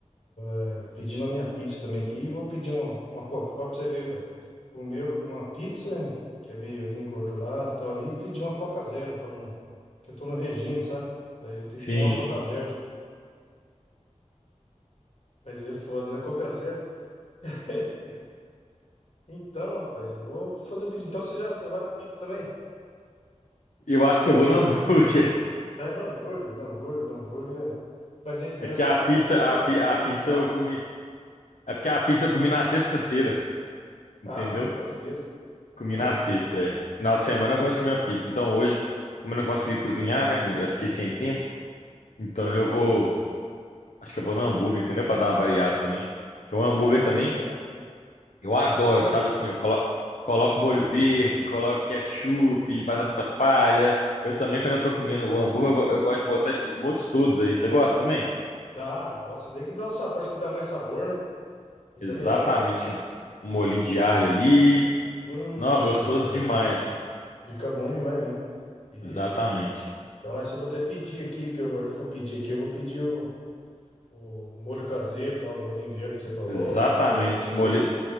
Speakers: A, on the left; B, on the left.
A: eh, pedindo a minha pizza também aqui. E vou pedir uma, uma coca. Ó, pra você ver, pai. Comeu uma pizza, que é meio ali engordurada e tal ali, e pedi uma coca zero, pra não. Que eu tô no regime, sabe? Daí a gente tem
B: Sim,
A: que tomar uma coca zero. Mas é foda, né? Coca zero. <laughs> Então, rapaz, eu vou fazer o pedido. Então você já, você vai na pizza também?
B: eu acho que eu vou no hambúrguer. <laughs>
A: É no hambúrguer, no hambúrguer, no hambúrguer. é- Mas esse-
B: É
A: né,
B: que
A: no
B: a
A: caso,
B: pizza,
A: esse é
B: a, pi-
A: o artesanal,
B: a pizza eu comi.
A: não?
B: É porque a pizza eu comi na sexta-feira, entendeu?
A: Ah, você comeu na sexta,
B: Comi
A: entendi.
B: na sexta. é. Final de semana eu gosto de comer a pizza. Então hoje, como eu não consegui cozinhar, né? Eu fiquei sem tempo. Então eu vou. Acho que eu vou no hambúrguer, entendeu? Pra dar uma variada também. Que o hambúrguer
A: Ah, tá
B: também,
A: certo.
B: eu adoro,
A: E o
B: sabe
A: hambú-
B: assim? Eu colo... coloco molho verde, coloco ketchup, batata palha. Eu também, quando eu tô comendo o hambúrguer, eu, go- eu gosto de botar esses molhos todos aí. Você gosta também?
A: Ah, gosto daí que dá o sabor, acho que dá mais sabor, né? Fica
B: Exatamente.
A: melhor.
B: Um molhinho de alho ali.
A: Oxi,
B: Não, gostoso
A: rapaz,
B: demais.
A: fica bom demais mesmo. E...
B: Exatamente.
A: Então, nós- eu vou até pedir aqui, que eu, a hora que eu for pedir aqui, eu vou pedir o, o molho caseiro, tal, o molhinho verde que você falou,
B: Exatamente.
A: a maionese caseira.
B: Molho,